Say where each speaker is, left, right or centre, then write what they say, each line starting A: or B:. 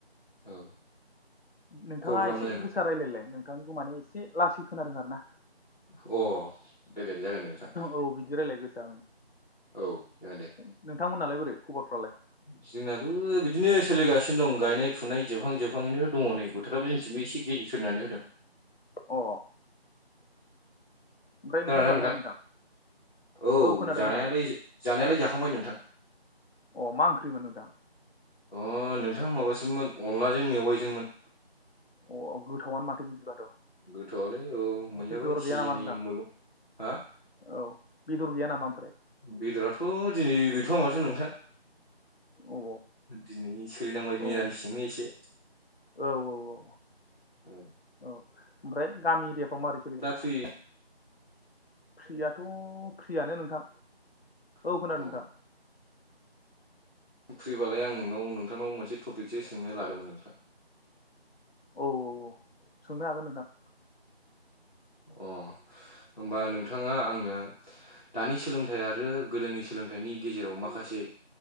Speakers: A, on the left; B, on the left.
A: औ
B: नोंथाङा
A: खबरफ्रा
B: एसे
A: मोजांना?
B: गोसा रायलायलाय नोंथांनिखौ माने एसे लासै खोनादों आरो ना।
A: अ दे दे दे जागोन दे नोंथां
B: औ बिदि रायलाय गोसा
A: औ जागोन दे।
B: नोंथांमोनहालाय बोरै खबरफ्रालाय
A: जोंनाबो बिदिनो सोलिगासिनो दं गायनाय फुनाय जोबहां जोबहांयैनो दङ नै। फोथाराबो जोंथिंबो एसे गिर सोरनानै होदों।
B: अ ओमफ्राय ओंखाम
A: खोनादोंना
B: जाखांबाय
A: नोंथां औ
B: खोनादों
A: जानायालाय
B: खोनादों
A: जानायालाय जाखांबाय नोंथां।
B: अ मा ओंख्रिमोन नोंथां?
A: अ नोंथां माबासोममोन अनलाजों मेवाइजोंमोन।
B: अ गोथावआनो माथो बिदिबाथ'
A: गोथावलै औ मोनजाबाय
B: बेदर
A: सिजननि
B: गैया नामा नोंथां
A: मैगं हा
B: औ बेदर गैया नामा ओमफ्राय?
A: बेदराथ' दिनै गैथ'वा माथो नोंथां।
B: औ
A: दिनै सोलिनांबाय
B: औ
A: मिरामिस जोंनो एसे
B: औ औ औ
A: औ
B: औ ओमफ्राय गामि एरियाफ्राव माबारै
A: दाफि
B: फ्रियाथ' फ्रियानो नोंथां औ
A: अ
B: खोनादों नोंथां।
A: फ्रिबालाय आं नोंनाव नोंथांनाव मोनसे टपिकसो सोंनो लादोंमोन नोंथां।
B: औ औ सोंनो हागोन नोंथां।
A: अ होमबा नोंथाङा आंनो। दानि सोलोंथाइ आरो गोदोनि सोलोंथाइनि गेजेराव माखासे